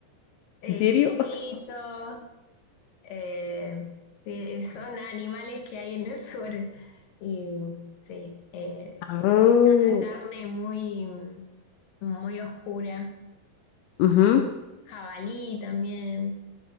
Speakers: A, on the left; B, on the left.
A: eh,
B: ¿En serio?
A: chivito, eh, sí, son animales que hay en el sur. Y sí, eh,
B: Ah,
A: tiene una carne muy, muy oscura.
B: ujú.
A: Jabalí también.